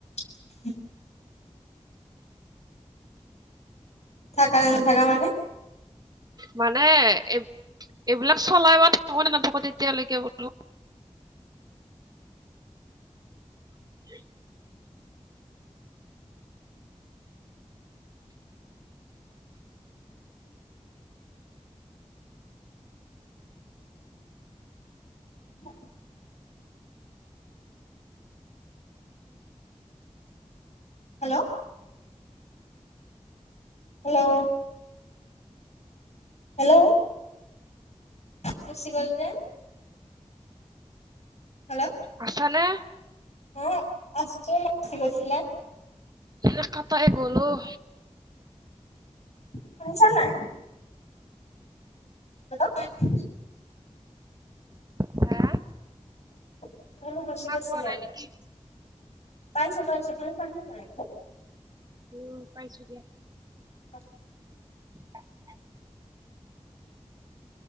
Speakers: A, on the left; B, on the right.
A: <unintelligible> থাকা নে নাথাকা মানে?
B: মানে এই এইবিলাক চলাই বা থাকো নে নাথাকো তেতিয়ালৈকে বোলো। <inaudible>
A: <inaudible> হেল্ল'। Hello hello. গুচি গ'ল যে হেল্ল'
B: আছা নে?
A: অ' আছো <unintelligible> গৈছিলে।
B: এনে কাটাই গ'ল অ'।
A: শুনিছা নে নাই? হেল্ল'
B: হা
A: <unintelligible> গুছি
B: শুনা
A: গৈছিলে।
B: পোৱা নাই নেকি
A: পাইছোঁ পাইছোঁ। তুমি পাইছা নে নাই?
B: উম পাইছোঁ দিয়া।
A: <inaudible>
B: <inaudible>